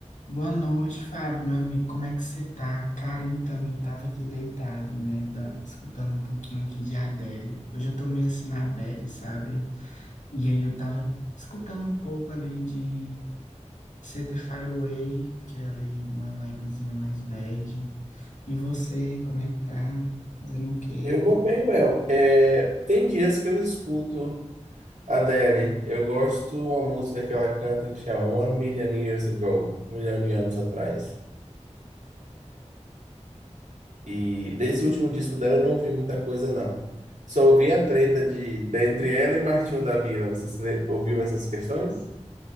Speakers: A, on the left; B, on the right.
A: Boa noite, Fábio, meu amigo, como é que você tá? Cara, então, eu tava aqui deitado, né, da- escutando um pouquinho aqui de Adele. Hoje eu tô meio assim na bad, sabe? E aí eu tava escutando um pouco ali de Set Far Away, que é ali uma vibezinha mais bad. E você, como é que tá? Fazendo o quê?
B: Eu vou bem, Well. É, tem dias que eu escuto a Adele. Eu gosto uma música que ela canta que chama One Million Years Ago, um milhão de anos atrás. E desse último disco dela eu não ouvi muita coisa, não. Só ouvi a treta de, de- entre ela e Martinho da Vila. Você se le- ouviu essas questões?